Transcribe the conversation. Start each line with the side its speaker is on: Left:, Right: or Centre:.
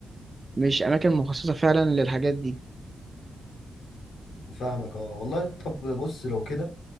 Right: مش اماكن مخصصه فعلا للحاجات دي
Left: فاهمك آه والله طب بص لو كده